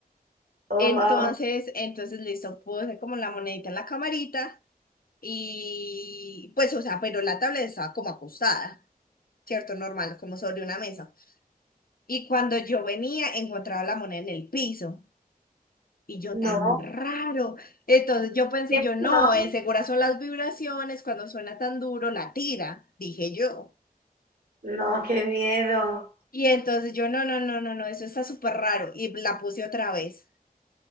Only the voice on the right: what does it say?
Oh,
wow.
No,
¿Qué
no.
No, qué miedo.